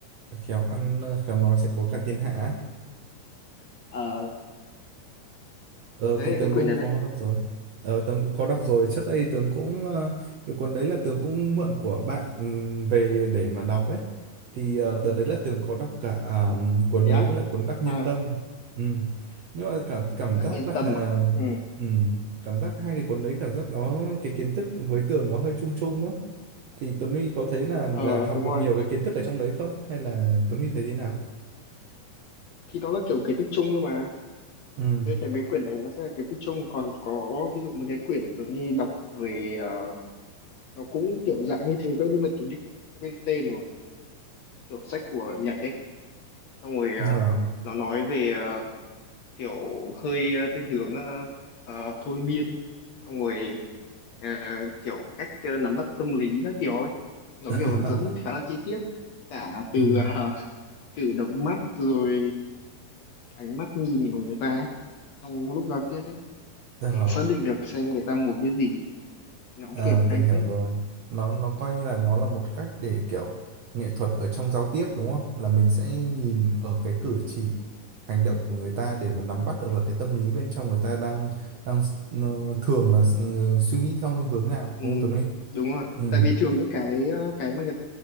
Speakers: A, on the right; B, on the left.
A: khéo ăn ờ, khéo nói sẽ có cả thiên hạ. á.
B: à,
A: Ờ
B: cái
A: thì Tường
B: cái quyển
A: cũng
B: đấy đây
A: có đọc rồi. Ờ Tường cũng có đọc rồi. Trước đây Tường cũng ờ, cái cuốn đấy là Tường cũng mượn của bạn ừm, về để mà đọc ấy. Thì ờ, đợt đấy là Tường có đọc cả ờ, cuốn
B: thế
A: đấy
B: á
A: với lại cuốn Đắc Nhân
B: à
A: Tâm. Ừm. Nhưng mà cảm cảm
B: đặc
A: giác
B: nhân
A: là
B: tâm à ừ
A: ừm, cảm giác hai cái cuốn đấy cảm giác nó cái kiến thức với Tường nó hơi chung chung á. Thì Tuấn Huy có thấy là là
B: ờ
A: học
B: đúng rồi
A: được nhiều cái kiến thức ở trong đấy không? Hay là Tuấn Huy thấy thế nào?
B: thì nó là kiểu cái tích chung thôi mà
A: Ừ.
B: tôi thấy mấy quyển này nó sẽ là cái tích chung còn có ví dụ một cái quyển tôi như đọc về ờ, nó cũng kiểu dạng như thế thôi nhưng mà tôi đi quên tên rồi kiểu sách của Nhật ấy xong rồi
A: Ờ.
B: ờ, nó nói về ờ, kiểu hơi ờ, thiên hướng ờ, ờ, thôi miên xong rồi ờ, kiểu cách ờ, nắm bắt tâm lý các kiểu ấy nó
A: <laughs>
B: kiểu hướng dẫn khá là chi tiết cả từ
A: Ừ.
B: uh, cử động mắt rồi ánh mắt nhìn của người ta ấy, trong lúc giao tiếp
A: Ờ.
B: để xác định được xem người ta muốn cái gì nó cũng
A: À,
B: kiểu hay
A: tôi hiểu
B: phết
A: rồi. Nó nó coi như là nó là một cách để kiểu nghệ thuật ở trong giao tiếp đúng không? Là mình sẽ nhìn ở cái cử chỉ, hành động của người ta để mà nắm bắt được là cái tâm lý bên trong người ta đang đang ờ, thường là ờ, suy nghĩ theo hướng nào
B: ừ,
A: đúng không Tuấn Linh?
B: đúng rồi
A: Ừ,
B: tại vì thường những cái ờ, cái mà người,